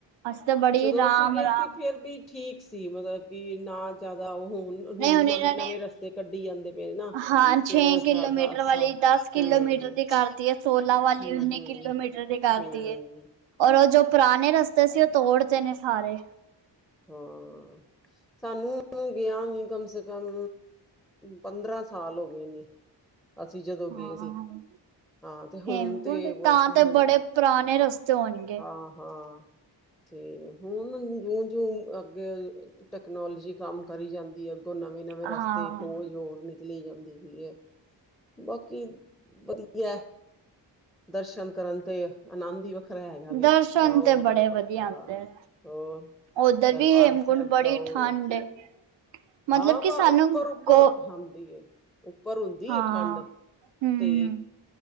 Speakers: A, on the right (about 75°); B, in the centre.
A: ਤਾਂ ਬੜੀ
B: ਜਦੋਂ
A: ਰਾਮ-ਰਾਮ
B: ਅਸੀਂ ਗਏ ਸੀ ਫੇਰ ਵੀ ਠੀਕ ਸੀ ਮਤਲਬ ਕਿ ਨਾ ਜ਼ਿਆਦਾ ਉਹ
A: ਨਹੀਂ ਹੁਣ
B: ਨਵੇਂ-ਨਵੇਂ
A: ਇਹਨਾਂ ਨੇ
B: ਰਸਤੇ ਕੱਢੀ ਜਾਂਦੇ ਪਏ ਨੇ ਨਾ
A: ਹਾਂ ਛੇ
B: ਤੇ ਉਹ
A: ਕਿਲੋਮੀਟਰ
B: ਜ਼ਿਆਦਾਸ
A: ਵਾਲੀ
B: ਹੂੰ-ਹੂੰ-ਹੂੰ-ਹੂੰ
A: ਦਸ ਕਿਲੋਮੀਟਰ ਦੀ ਕਰਤੀ ਹੈ ਸੋਲਾਂ ਵਾਲੀ ਉੱਨੀ ਕਿਲੋਮੀਟਰ ਦੀ ਕਰਤੀ ਏ। ਔਰ ਉਹ ਜੋ ਪੁਰਾਣੇ ਰਸਤੇ ਸੀ ਉਹ ਤੋੜਤੇ ਨੇ ਸਾਰੇ।
B: ਹਾਂ ਸਾਨੂੰ ਗਿਆ ਵੀ ਕਮ ਸੇ ਕਮ ਪੰਦਰਾਂ ਸਾਲ ਹੋ ਗਏ ਨੇ। ਅਸੀਂ ਜਦੋਂ
A: ਹਾਂ।
B: ਗਏ ਸੀ ਹਾਂ ਤੇ ਹੁਣ
A: ਹੇਮਕੁੰਡ
B: ਤੇ ਬਸ
A: ਤਾਂ
B: ਹੂਣ
A: ਤੇ ਬੜੇ ਪੁਰਾਣੇ ਰਸਤੇ ਹੋਣਗੇ
B: ਹਾਂ ਹਾਂ ਅਤੇ ਹੁਣ ਜਿਉਂ ਜਿਉਂ ਅੱਗੇ ਟੈਕਨੋਲੋਜੀ ਕੰਮ ਕਰੀ ਜਾਂਦੀ ਅੱਗੋਂ ਨਵੇਂ ਨਵੇਂ
A: ਹਾਂ।
B: ਰਸਤੇ ਖੋਜ ਹੋਰ ਨਿਕਲੀ ਜਾਂਦੀ ਪਈ ਐ। ਬਾਕੀ ਵਧੀਆ ਦਰਸ਼ਨ ਕਰਨ ਤੇ ਆ ਆਨੰਦ ਈ ਵੱਖਰਾ ਹੈਗਾ ਵੇ
A: ਦਰਸ਼ਨ
B: ਜਾਓ
A: ਤੇ
B: ਉਧਰ
A: ਬੜੇ
B: ਵੱਖਰਾ
A: ਵਧੀਆ ਆਂਦੇ ਨੇ।
B: ਹੋਰ
A: ਉੱਧਰ
B: ਦਰਬਾਰ
A: ਵੀ ਹੇਮਕੁੰਡ
B: ਸਾਹਿਬ
A: ਬੜੀ
B: ਜਾਓ
A: ਠੰਡ ਏ। ਮਤਲਬ
B: ਹਾਂ ਬਾ
A: ਕਿ ਸਾਨੂੰ
B: ਉੱਪਰ-ਉੱਪਰ
A: ਗੋ
B: ਹਦੀ ਏ ਉੱਪਰ ਹੁੰਦੀ
A: ਹਾਂ
B: ਏ ਠੰਡ
A: ਹੂੰ-ਹੂੰ
B: ਤੇ